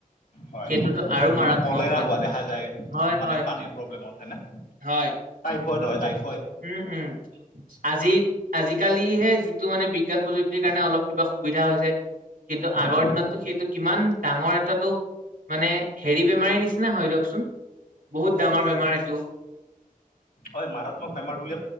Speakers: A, on the left; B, on the right.
A: হয়
B: সেইটোতো আৰু মাৰাত্মক
A: মানে কলে
B: হয়
A: হোৱা দেখা যায়
B: হয়
A: মানে
B: হয়
A: পানীৰ প্ৰব্লেমত হয় না।
B: হয়
A: হয় তাই
B: উম উম আজি আজি। আজিকালিহে যিটো মানে বিজ্ঞান প্ৰযুক্তিৰ কাৰণে অলপ কিবা সুবিধা হৈছে। কিন্তু আগৰ
A: হয়,
B: দিনতটো সেইটো কিমান ডাঙৰ। তাতো মানে হেৰি বেমাৰীৰ নিচিনা হয় দিয়কচোন। বহুত ডাঙৰ বেমাৰ এইটো।
A: হয় মাৰাত্মক বেমাৰ বুলি।